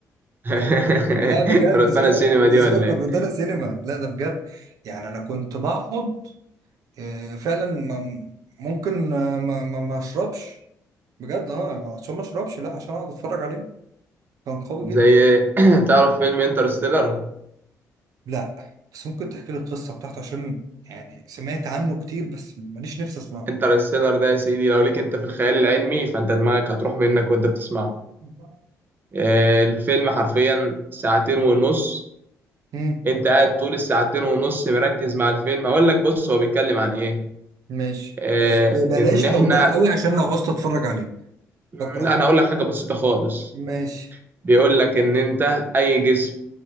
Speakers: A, on the right (about 30°); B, on the right (about 70°).
A: <laughs>
B: ده لا بجد
A: روتانا
B: سيبك
A: السينما دي ولا
B: سيبك
A: إيه
B: من روتانا سينما لا ده بجد يعني انا كنت بقعد آه، فعلا ما- ممكن آه، ما ما ما اشربش بجد اه عشان ما اشربش لا عشان اقعد اتفرج عليه كان قوي جدا
A: زي <clears throat> تعرف فيلم انترستيلر
B: لا بس ممكن تحكي لي القصه بتاعته عشان يعني سمعت عنه كتير بس ماليش نفسي اسمعه
A: انترستيلر ده يا سيدي لو ليك انت في الخيال العلمي فانت دماغك هتروح منك وانت بتسمعه
B: لا.
A: آه، الفيلم حرفيا ساعتين ونص
B: مم،
A: انت قاعد طول الساعتين ونص مركز مع الفيلم هقول لك بص هو بيتكلم عن ايه
B: ماشي
A: آه،
B: بس بلاش
A: ان احنا
B: توضيح قوي عشان لو عوزت اتفرج عليه
A: م،
B: بكره
A: انا هقول لك حاجة بسيطة خالص
B: ماشي
A: بيقول لك ان انت اي جسم